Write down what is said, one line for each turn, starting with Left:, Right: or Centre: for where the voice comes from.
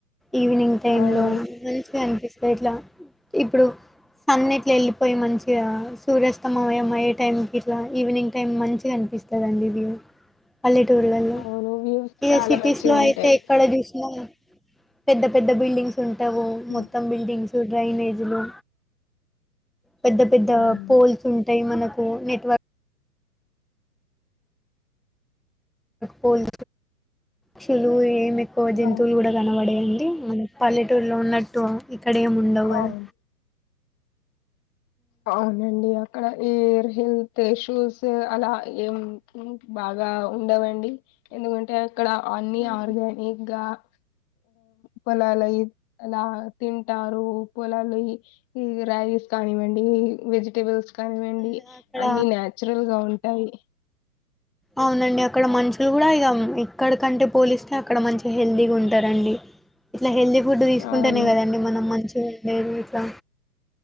Centre: ఈవినింగ్ టైమ్
Left: అవును.
Centre: లో మంచిగా కనిపింది ఇట్లా ఇప్పుడు సన్ ఇట్లా వెళ్ళిపోయి మంచిగా సూర్యాస్తమ ఏే టైంకి ఇట్లా ఈవినింగ్ టైం మంచిగా అనిపిస్తుందిండి ఉ పల్లెటూర్లలో
Left: అవును. వ్యూస్
Centre: ఇక
Left: చాలా
Centre: సిటీస్
Left: మంచిగుంటాయి.
Centre: లో అయితే ఎక్కడ చూసినా పెద్ద పెద్ద బిల్డింగ్ ఉంటావో
Left: హ్మ్.
Centre: మొత్తం బిల్డింగ్స్ డ్రైనేజ్ లు పెద్ద పెద్ద
Left: అవును.
Centre: పోల్స్ ఉంటాయి మన నెట్వర్ పోల్ చెల్లు ఏమి ఎక్కువ జంతువులు
Left: ఆ!
Centre: కూడా కనబడవు అండి మన పల్లెటూరులో ఉన్నట్టు ఇక్కడ ఏమి ఉండవు కదా
Left: అవును. అవునండి ఎవరి కన్నా ఈ హెల్త్ ఇష్యూస్ అలా ఏం బాగా ఉండవండి ఎందుకంటే ఇక్కడ అన్ని
Centre: ఉమ్
Left: ఆర్గానిక్ గా ఆ పొలాలు అవి అలా తింటారు పొలాలు అవి ఈ రైస్ కాని ఈ వెజిటబుల్స్ కానీ ఇవ్వండి
Centre: అంద- అక్కడ
Left: అన్ని నాచురల్ గా ఉన్ టయి
Centre: అవునండి అక్కడ మనుషులు కూడా ఇక ఇక్కడికి అంటే పోలిస్తే అక్కడ మంచిగా హెల్దీగా ఉంటారండి ఇట్లా హెల్దీ ఫుడ్ తీసుకుంటేనే
Left: అవును
Centre: కదా అండి మనం మంచిగా మేము ఇట్ల